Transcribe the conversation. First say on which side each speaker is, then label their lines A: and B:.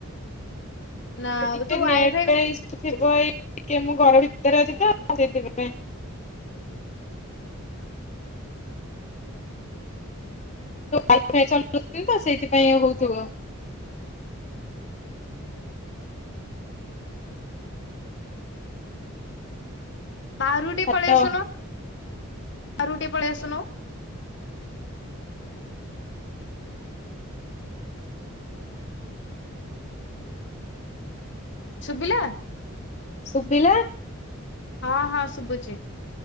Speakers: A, on the left (about 30°); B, on the left (about 55°).
A: <inaudible>
B: ନା
A: ଟିକେ
B: ତୁ ୱାଇ
A: ନେଟେ
B: ଫାଇ ବାହାରକୁ
A: ଇଶୁ ଥିବ ଏଇ। ଟିକେ ମୁଁ ଘର ଭିତରେ ଅଛି ତ ଆ ସେଇଥିପାଁଇ। <inaudible> ସେଇଥିପାଇଁ ହଉଥିବ।
B: ବାରୁଟିକୁ ପଳେଇ
A: ତ
B: ଆସୁନୁ, ବାରୁଟି ପଳେଇ ଆସୁନୁ। ସୁଭିଲା।
A: ସୁବିଲା।
B: ହଁ, ହଁ ଶୁଭୁଛିି।